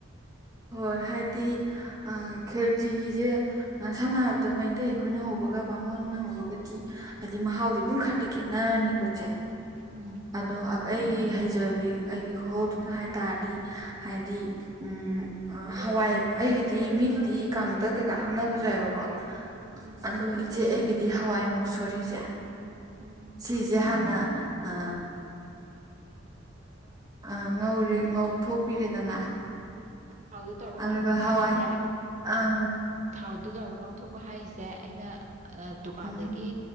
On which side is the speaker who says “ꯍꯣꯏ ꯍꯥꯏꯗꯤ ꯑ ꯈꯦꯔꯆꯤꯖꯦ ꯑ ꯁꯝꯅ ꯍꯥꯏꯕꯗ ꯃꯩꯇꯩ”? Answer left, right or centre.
Right